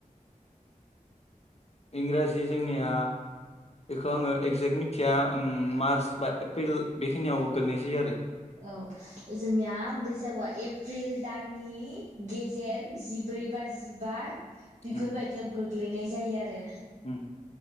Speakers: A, on the left (about 50°); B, on the right (about 60°).
A: इंराजि जोंनिया बेखौ आङो एगजेक्ट मिथिया उम मार्च बा एप्रिल बेखिनियाव गोलैनाय जायो आरो।
B: औ जोंनिया बैसागुआ एप्रिल दाननि गेजेर जिब्रै बा जिबा बिफोरबायदियाव
A: उम
B: गो ग्लैनाय जायो आरो
A: उम